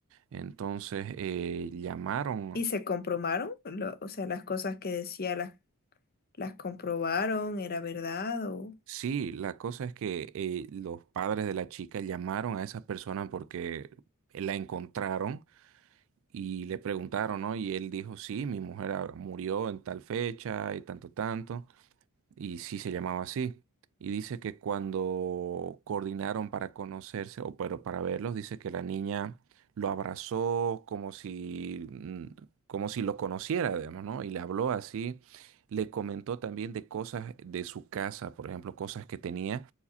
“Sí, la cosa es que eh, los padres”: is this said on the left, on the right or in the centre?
Right